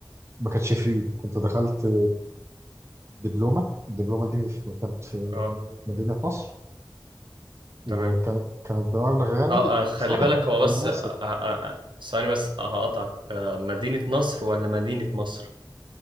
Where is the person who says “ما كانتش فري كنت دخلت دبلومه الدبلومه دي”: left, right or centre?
Right